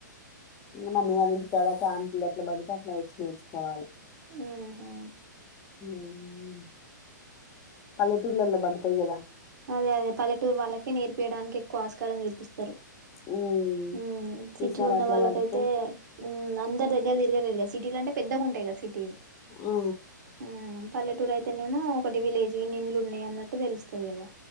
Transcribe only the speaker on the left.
మా మీ అది ఇంటి కాడా చ ఆంటలు అట్లా పడితే అట్లా వచ్చి నేర్చుకోవాలి
ఉమ్ అళ ూళ్లల పడతాయి కదా
హ్మ్
ఈసారి
అట్లా
పడితే
ఆ ఆ